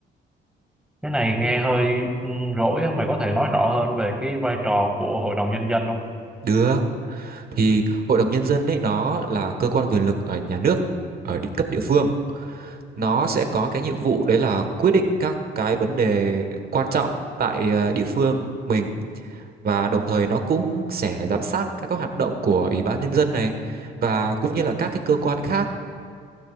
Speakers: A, in the centre; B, on the right (about 50°).
A: Cái này nghe hơi ừ, rỗi, á, mày có thể nói rõ hơn về cái vai trò của Hội đồng Nhân dân không?
B: Được, thì hội đồng nhân dân ấy nó là cơ quan quyền lực ở nhà nước ở địa cấp địa phương. Nó sẽ có cái nhiệm vụ đấy là quyết định các cái vấn đề quan trọng tại ờ, địa phương mình và đồng thời nó cũng sẽ giám sát các cái hoạt động của Ủy ban Nhân dân này và cũng như là các cái cơ quan khác